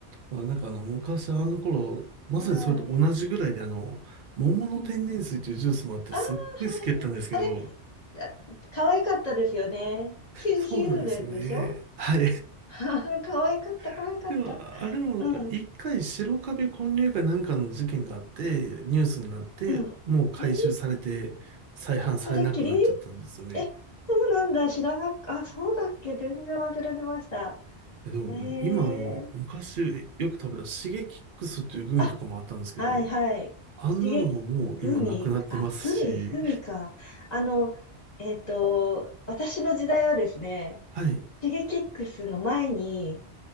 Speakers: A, on the right; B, on the left.
A: あなんかあの、昔あの頃、まさにそれと同じぐらいで、
B: な。
A: あの、桃の天然水というジュースもあって、
B: うん。ああ、
A: すっごい好きやったんですけど、
B: はい。あれ、あ可愛かったですよね。ヒューヒューのやつでしょ
A: そうなんですよね。はい。
B: <laughs> 可愛かった、可愛かった。
A: <laughs> でも、あれもなんか、
B: うん、
A: 一回白カビ混入かなんかの事件があって、ニュースになって、
B: うん。
A: もう回収されて、
B: えー
A: 再販されなくなっちゃったんですよね。
B: それっきりえ、そうなんだ。知らなか、あ、そうだっけ全然忘れてました。
A: え、でも、
B: えー、
A: もう今あの、昔よく食べたシゲキックスというグミとかもあったんですけど、
B: あ、はい、はい。
A: あんなのももう今なくなってますし、
B: 刺激、グミ、あ、グミ、グミか。あの、えっと、私の時代はですね、
A: <laughs> はい、
B: シゲキックスの前に、